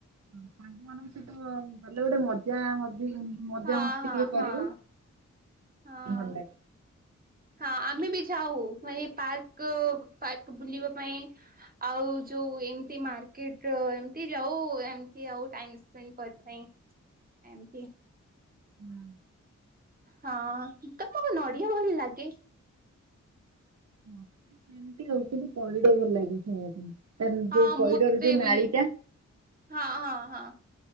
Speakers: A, on the right (about 60°); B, on the right (about 30°).
A: ହଁ ସାଙ୍ଗ ମାନଙ୍କ ସହିତ ଗଲେ ଗୋଟେ ମଜ ଯା ମଜି ମଜା
B: ହଁ
A: ମସ୍ତି
B: ହଁ
A: ଟିକେ କରିବ,
B: ହଁ ହଁ।
A: ଭଲ ଲାଗେ
B: ହଁ ଆମେ ବି ଯାଉ ମାନେ ପାର୍କ ପାର୍କ ବୁଲିବା ପାଇଁ ଆଉ ଯୋଉ ଏମତି ମାର୍କେଟ ଏମତି ଯାଉ ଏମତି ଆଉ ଟାଇମ୍ କରିବା ପାଇଁ ଏମିତି
A: ହୁଁ
B: ହଁ ତମକୁ ନଡିଆ ଭଲ ଲାଗେ
A: ମତେ ସେମତି ଆଉ କିନ୍ତୁ ପଇଡ ଭଲ ଲାଗେ ଖାଇବା ପାଇଁ, ତାର
B: ହଁ
A: ଯୋଉ ପଇଡର
B: ମତେ
A: ଯୋଉ
B: ବି
A: ନାଳି ଟା
B: ହଁ ହଁ ହଁ